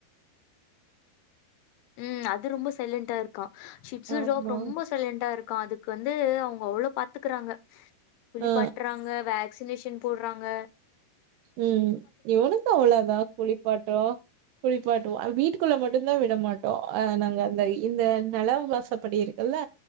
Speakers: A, on the left; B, on the right.
A: உம் அது ரொம்ப சைலன்டா இருக்கான் ஷிஜு
B: ஆமா
A: ரொம்ப சைலண்டா இருக்கா அதுக்கு வந்து அவுங்க அவ்ளோ பாத் துக்கறாங்க குளிப்பாட்றாங்க
B: ஆ
A: வேக்ஸ் சின்னேஷன் போடுறாங்க
B: உம் இவனுந்தா அவ்ளதா குளிப்பாட்றோ குளிப்பாட் டோ வீட்டுக்குள்ள மட்டுந் தா விடமாட்டோ அஹ் நாங்க அந்த இந்த நெல வாசப்படி இருக்குல்ல